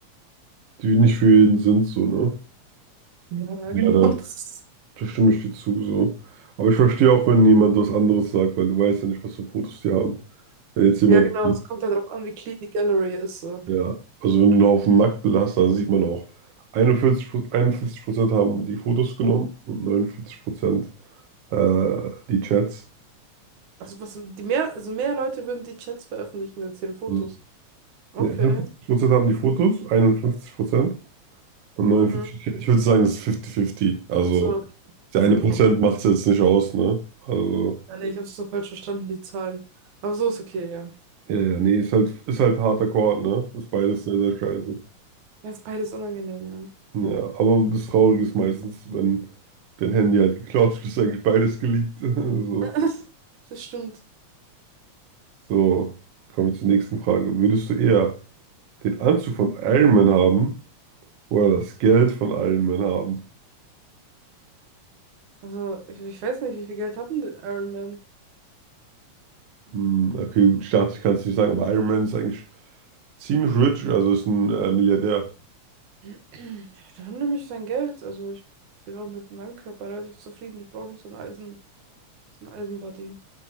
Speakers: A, on the right; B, on the right.
A: die nicht für jeden sind, so, ne?
B: Ja,
A: Ja,
B: genau,
A: da,
B: <laughs> das ist,
A: da stimme ich dir zu, so. Aber ich verstehe auch, wenn jemand was anderes sagt, weil du weißt ja nicht, was für Fotos die haben. Wenn jetzt jemand
B: ja, genau, es kommt halt darauf an, wie clean die Gallery ist. So.
A: Ja, also wenn du einen Haufen Nacktbilder hast, da sieht man auch, 41, 51 Prozent haben die Fotos genommen und 49 Prozent äh, die Chats.
B: Also, was, die mehr, also mehr Leute würden die Chats veröffentlichen als ihre Fotos.
A: Also,
B: Okay.
A: nee, 51 Prozent haben die Fotos, 51 Prozent und 49
B: Mhm.
A: die Ich würde sagen, es ist 50-50. Also
B: Ach so,
A: der eine
B: ja,
A: Prozent
B: gut.
A: macht es jetzt nicht aus, ne? Also,
B: Ja, nee, ich habe es so falsch verstanden, die Zahlen. Aber so ist okay, ja.
A: ja, ja, nee, ist halt, ist halt harter Call, ne? Ist beides sehr, sehr scheiße.
B: Ja, ist beides unangenehm, ja.
A: Ja, aber das Traurige ist meistens, wenn dein Handy halt geklaut wird, ist eigentlich beides geleakt. <laughs> So.
B: <laughs> Das stimmt.
A: So, kommen wir zur nächsten Frage. Würdest du eher den Anzug von Iron Man haben oder das Geld von Iron Man haben?
B: Also, ich, ich weiß nicht, wie viel Geld hatten denn der Iron Man?
A: Hm, okay, gut, ich dachte, ich kann es nicht sagen, aber Iron Man ist eigentlich ziemlich rich, also ist ein äh, Milliardär.
B: <clears throat> Der hat nämlich sein Geld. Also, ich bin auch mit meinem Körper relativ zufrieden. Ich brauche nicht so ein Eisen, so ein Eisenbody.